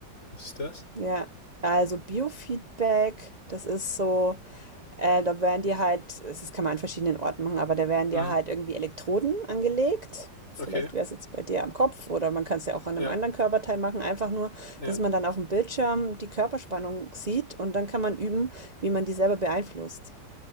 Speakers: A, on the left; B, on the right.
A: Was ist das?
B: Ja, also Biofeedback, das ist so. Äh, da werden dir halt, es- das kann man an verschiedenen Orten machen, aber da werden
A: Hm.
B: dir halt irgendwie Elektroden angelegt. Vielleicht
A: Okay.
B: wäre es jetzt bei dir am Kopf oder man kann es ja auch an
A: Ja,
B: einem anderen Körperteil machen. Einfach nur,
A: ja.
B: dass man dann auf dem Bildschirm die Körperspannung sieht und dann kann man üben, wie man die selber beeinflusst.